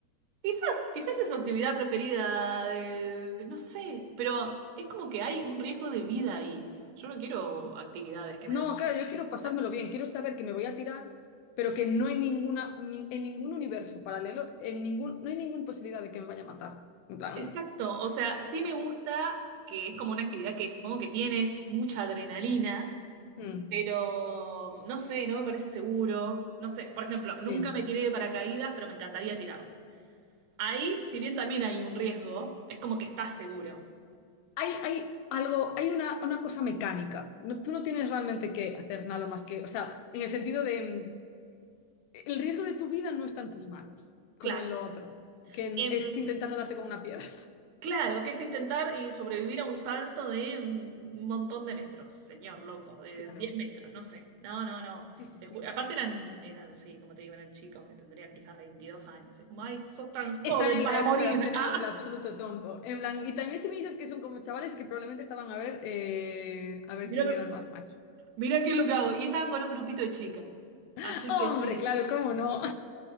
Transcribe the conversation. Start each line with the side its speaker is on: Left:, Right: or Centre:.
Right: Quizás, quizás es su actividad preferida, de- de- no sé, pero es como que hay un riesgo de vida ahí. Yo no quiero actividades que
Left: No,
Right: me den...
Left: claro, yo quiero pasármelo
Right: Ah,
Left: bien, quiero saber que me voy a tirar, pero que no hay ninguna, ni- en ningún universo paralelo, en ningún, no hay ninguna posibilidad de que me vaya a matar. En plan,
Right: Exacto, o sea, sí me gusta que es como una actividad que supongo que tiene mucha adrenalina,
Left: mm,
Right: pero no sé, no me parece seguro. No sé, por ejemplo,
Left: sí.
Right: nunca me tiré de paracaídas, pero me encantaría tirarme. Ahí, si bien también hay un riesgo, es como que estás seguro.
Left: Hay, hay algo, hay una, una cosa mecánica. No, tú no tienes realmente que hacer nada más que, o sea, en el sentido de, mm, el riesgo de tu vida no está en tus manos, como
Right: Claro.
Left: en lo otro, que en-
Right: Em,
Left: es intentar no darte con una piedra.
Right: Claro, que es intentar y sobrevivir a un salto de un montón de metros, señor loco, de
Left: Claro.
Right: 10 metros, no sé. No, no, no.
Left: Sí, sí,
Right: Te
Left: sí.
Right: ju- Aparte eran, eran, sí, como te digo, eran chicos que tendrían quizás 22 años. Es como, ay, sos tan joven
Left: Están en
Right: para
Left: la época
Right: morir.
Left: de hacer
Right: <laughs> Ah,
Left: el absoluto tonto. En plan, y también si me dices que son como chavales que probablemente estaban a ver, eh, a ver
Right: mirá,
Left: quién
Right: lo-
Left: era el más macho.
Right: mirá qué es lo que hago. Y estaban con un grupito de chicas.
Left: <laughs>
Right: Así
Left: Hombre,
Right: que sí.
Left: claro, cómo no.